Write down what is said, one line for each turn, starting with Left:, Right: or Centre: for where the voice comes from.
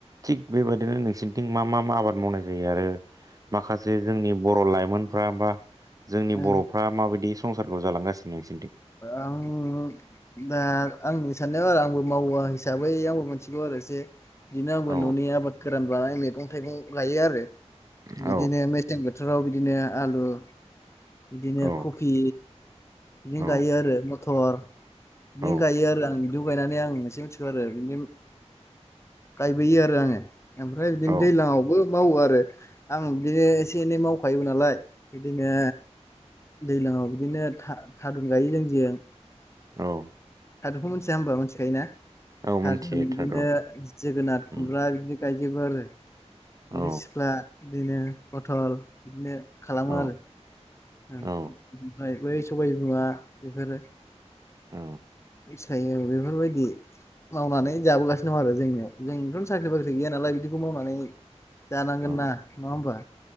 Right: थिग बेबायदिनो नोंसिरनिथिं मा मा मा आबाद मावनाय जायो आरो माखासे जोंनि बर' लाइमोनफ्रा बा जोंनि
Left: आं
Right: बर'फ्रा माबायदि संसारखौ जालांगासिनो नोंसोर
Left: आं दा आं साननायाव आरो आंबो मावा हिसाबै आंबो मिथिगौ आरो एसे बिदिनो आंबो
Right: औ
Left: न'नि आबाद गोरान बानाय मैगं थाइगं लायो आरो
Right: औ
Left: बिदिनो मेसें बोथोर बोथोराव बिदिनो आलु बिदिनो
Right: औ
Left: कफि बिदिनो
Right: औ
Left: गायो आरो मथर बिदिनो
Right: औ
Left: गायो आरो आं बिदिखौ गायनानै आं एसे मिथियो आरो बिनो गायबोयो आरो आङो ओमफ्राय बिदिनो
Right: औ
Left: दैलांआवबो मावो आरो आं बिदिनो एसे एनै मावखायो नालाय बिदिनो दैलांआव बिदिनो थारुन गायो जों
Right: औ
Left: थादुनखौ मोनथिया होनबा मिथिखायोना
Right: औ मोनथियो
Left: थादुन बिदिनो
Right: थारन
Left: जोगोनार खुमब्रा
Right: औ
Left: बिदि गायजोबो आरो मैथा
Right: औ
Left: सिख्ला बिदिनो पथल बिदिनो खालामो
Right: औ
Left: आरो ओमफ्राय
Right: औ
Left: बै
Right: उम,
Left: सबाइ बिमा बेफोरो
Right: औ
Left: फसायो बेफोरबायदि मावनानै
Right: उम,
Left: जाबोगासिनो दं आरो जोंनियाव जोंथ'नो साख्रि बाख्रि गैया नालाय बिदिखौ मावनानै जानांगोन
Right: औ
Left: ना नङा होमबा